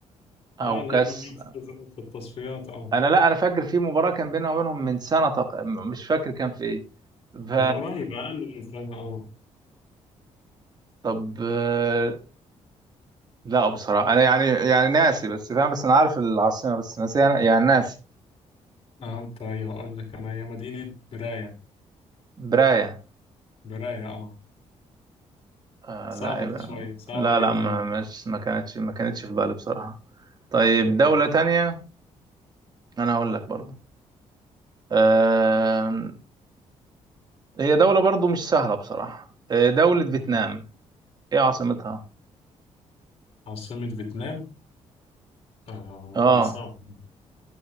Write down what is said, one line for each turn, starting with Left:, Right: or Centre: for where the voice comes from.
Right: او
Left: اه لعبنا
Right: كاس
Left: معاهم في في التصفيات اه
Right: انا لا انا فاكر في مباراة كان بينها وبينهم من سنة تق... مش فاكر كان في ايه ف
Left: من قريب أقل من سنة اه
Right: طب آه، لا بصراحة انا يعني يعني ناسي بس فاهم بس انا عارف العاصمة بس ناسي يعني ناسي
Left: اه طيب هقول لك أنا هي مدينة براية
Right: براية
Left: براية اه
Right: آه
Left: صعبة
Right: لا يبقى
Left: دي شوية صعبة
Right: لا
Left: جدا
Right: لا ما
Left: يعني
Right: مش ما كانتش ما كانتش في بالي بصراحة طيب
Left: مم.
Right: دولة تانية أنا هقول لك برضو آه هي دولة برضو مش سهلة بصراحة آه دولة فيتنام
Left: مم.
Right: إيه عاصمتها؟
Left: عاصمة فيتنام اه
Right: آه
Left: دي صعبة